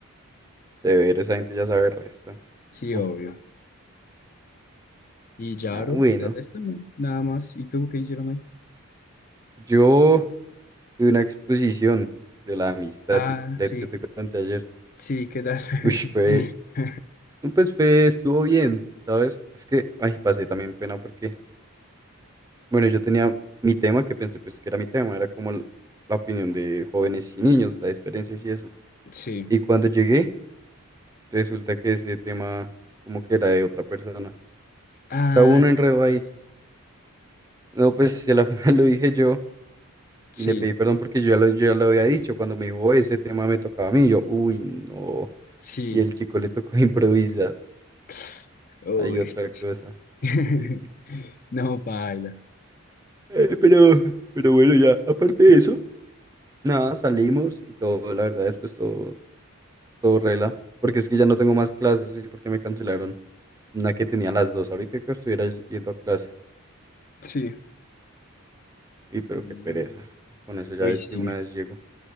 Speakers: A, on the right; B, on the left.
A: severo, esa gente ya sabe el resto.
B: Sí,
A: Uf,
B: obvio. Y ya,
A: ya,
B: bro,
A: bueno.
B: de resto no, nada más. ¿Y tú qué hicieron hoy?
A: Yo tuve una exposición de la amistad,
B: Ah,
A: te- le-
B: sí,
A: yo te conté ayer.
B: sí, ¿qué tal?
A: Uy, fue
B: <laughs>
A: No, pues fue, estuvo bien, ¿sabes? Es que, ay, pasé también pena porque, bueno, yo tenía mi tema que pensé pues que era mi tema, era como l- la opinión de jóvenes y niños, las diferencias y eso.
B: Sí.
A: Y cuando llegué, resulta que ese tema como que era de otra persona.
B: Ah,
A: O sea, hubo un enredo
B: y entonces.
A: ahí. No, pues si a la <laughs> final lo dije yo
B: Sí,
A: y le pedí perdón porque yo ya lo, yo ya lo había dicho. Cuando me dijo, "Oh, ese tema me tocaba a mí, yo, uy, no.
B: sí.
A: Y el chico le tocó <laughs> improvisar.
B: <sighs> Uy.
A: Hay otra cosa,
B: <laughs>
A: pobrecito.
B: No, paila.
A: Eh, pero, pero bueno, ya, aparte de eso, nada, salimos y todo, la verdad, después todo, todo regla. Porque es que ya no tengo más clases y porque me cancelaron una que tenía a las dos. Ahorita que estuviera y- yendo a clase.
B: Sí.
A: Y pero
B: Mm,
A: qué pereza. Con eso ya
B: Uy,
A: des-
B: sí.
A: de una vez llego.